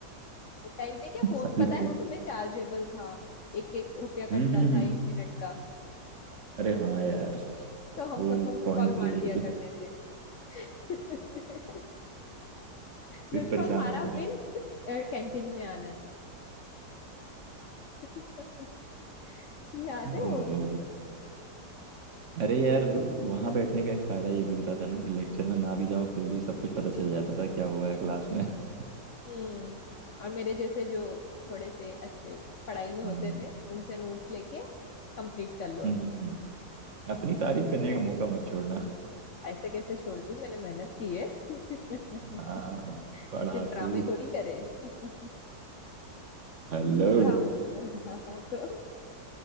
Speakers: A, on the left; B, on the right.
A: तो टाइम पे क्या फोन
B: सारी
A: पता
B: पूरी
A: है ना तुम्हें चार्जेबल था एक एक रुपया
B: हम्म
A: कटता
B: हम्म
A: था
B: हम्म
A: एक मिनट का
B: अरे हाँ यार
A: तो हम
B: वो
A: सबको मिस
B: कॉइन
A: कॉल
B: ले
A: मार
B: लेके
A: दिया करते थे <laughs>
B: फिर
A: मिस
B: परेशान
A: कॉल मारा
B: होते रहे
A: मीन्स कैंटीन में आना है <laughs> याद
B: <laughs>
A: है वो
B: ओहो अरे यार वहां बैठने का एक फायदा ये भी होता था ना कि लेक्चर में ना भी जाओ फिर भी सब कुछ पता चल जाता था क्या हुआ है क्लास में <laughs>
A: हम्म और मेरे जैसे जो थोड़े से अच्छे पढ़ाई में होते
B: हम्म
A: थे उनसे नोट्स लेके कंप्लीट कर लो
B: हम्म,
A: अपना
B: हम्म। अपनी तारीफ
A: <laughs>
B: करने का मौका मत छोड़ना
A: ऐसे कैसे छोड़ दूं मैंने मेहनत की है <laughs>
B: हाँ
A: सिर्फ
B: पढ़ाकू
A: ड्रामे थोड़ी करे <laughs>
B: हेलो
A: ड्रामा तो